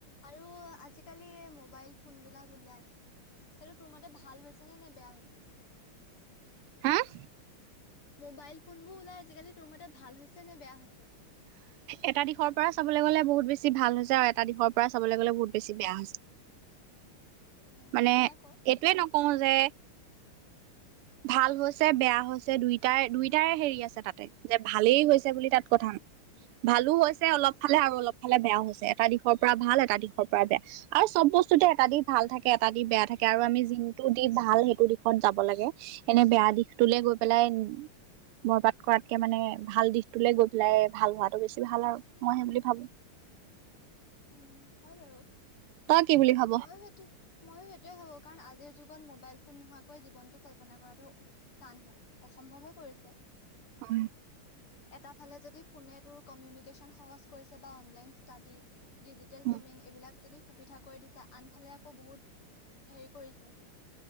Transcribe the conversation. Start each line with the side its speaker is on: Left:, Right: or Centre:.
Left: আৰু আজিকালি মোবাইল ফোন বিলাক উলাই সেইটো তোৰ মতে ভাল হৈছে নে নে বেয়া হৈছে
Right: হুম
Left: মোবাইল ফোন বোৰ ওলাই আজিকালি তোৰ মতে ভাল হৈছে নে বেয়া হৈছে
Right: এটা দিশৰ পৰা চাবলে গ'লে বহুত বেছি ভাল হৈছে আও এটা দিশৰ পৰা চাবলে গলে বহুত বেছি বেয়া হৈছে
Left: এনেই
Right: মানে
Left: এইকেইটা ক।
Right: এইটোৱে নকওঁ যে ভাল হৈছে বেয়া হৈছে দুইটাই দুইটাৰে হেৰি আছে তাতে যে ভালেই হৈছে বুলি তাত কথা ভালো হৈছে অলপ ফালে আৰু অলপ ফালে বেয়াও হৈছে এটা দিশৰ পৰা ভাল এটা দিশৰ পৰা বেয়া আৰু চব বস্তুতে এটা দিশ ভাল থা কে এটা দিশ বেয়া থাকে আৰু আমি যিটো দিশ ভাল সেইটো দিশত যাব লাগে এনে বেয়া দিশটোলৈ গৈ পেলাই বৰবাদ কৰাতকে মানে ভাল দিশটোলে গৈ পেলাই ভাল হোৱাটো বেছি ভাল আৰু মই সেই বুলি ভাবো
Left: উম হয় বাৰু
Right: তাই কি বুলি ভাব?
Left: ময়ো সেইটো ময়ো সেইটোৱে ভাবো কাৰণ আজিৰ যুগত মোবাইল ফোন নোহোৱাকৈ জীৱনটো কল্পনা কৰাটো টান হয় অসম্ভৱ হৈ পৰিছে
Right: অ
Left: এটা ফালে যদি ফোনে তোৰ কমিউনিকেশ্যন সহজ কৰিছে বা অনলাইন ষ্টাডি ডিজিটেল
Right: উম
Left: পেমেণ্ট এইবিলাক যদি সুবি কৰি দিছে আনফালে আকৌ বহুত হেৰি কৰিছে